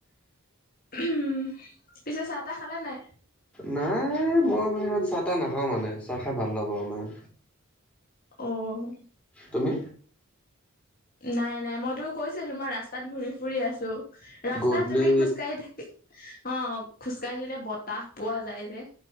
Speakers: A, on the left; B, in the centre.
A: উমহ, পিছে চাহ তাহ খালে নাই?
B: নাই মই মানে ইমান চাহ তাহ নাখাওঁ মানে চাহ খাই ভাল নাপাওঁ ইমান।
A: অঁ।
B: তুমি?
A: নাই নাই মইটো কৈছোঁৱে তোমাৰ ৰাস্তাত ঘূৰি ফুৰি আছোঁ। ৰাস্তাত
B: গধূলি
A: তেনেকে খোজকাঢ়ি থাকে অ খোজকাঢ়িলে বতাহ পোৱা যায় যে।